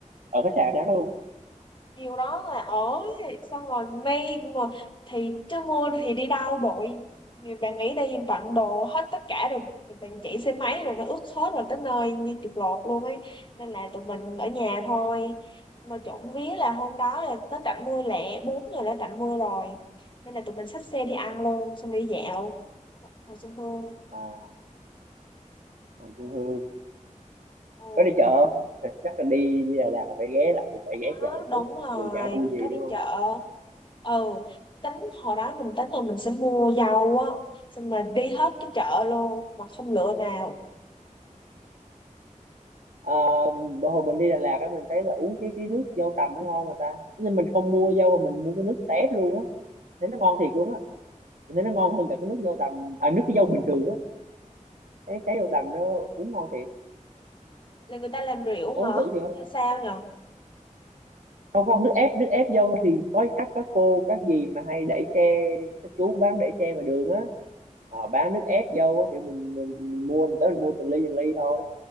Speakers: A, on the right; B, on the left.
A: ở khách sạn sáng đó luôn
B: chiều đó là ở xong rồi may mà thì chứ mưa thì đi đâu bội Người bạn nghĩ đi bận đồ hết tất cả rồi mình toàn chạy xe máy rồi nó ướt hết rồi tới nơi như chuột lột luôn ấy nên là tụi mình ở nhà thôi mà trộm vía là hôm đó là tới tạnh mưa lẹ bốn giờ đã tạnh mưa rồi nên là tụi mình xách xe đi ăn luôn xong đi dạo Hồ Xuân Hương
A: à hồi xuân hương
B: ừ.
A: có đi chợ không Thì chắc là đi đi Đà Lạt là phải ghé lại cũng phải ghé chợ
B: Đó, đúng
A: chút
B: rồi
A: mặc dù chả vui gì
B: có đi
A: đúng không
B: chợ ừ tính hồi đó mình tính là mình sẽ mua dầu á xong mà đi hết cái chợ luôn mà không lựa nào
A: à, bữa hồi mình đi Đà Lạt á mình thấy là uống cái cái nước dâu tằm nó ngon mà ta nên mình không mua dâu mà mình mua cái nước tép luôn á thấy nó ngon thiệt luôn á mình thấy nó ngon hơn cả cái nước dâu tằm à nước cái dâu bình thường á cái cái dâu tằm nó uống ngon thiệt
B: là người ta làm rượu
A: uống
B: hả
A: thử chưa
B: hay sao nhở
A: không không nước ép nước ép dâu thì có các các cô các dì mà hay đẩy xe các chú bán đẩy xe ngoài đường á họ bán nước ép dâu á kiểu mình, mình mình mua mình tới mình mua từng ly từng ly thôi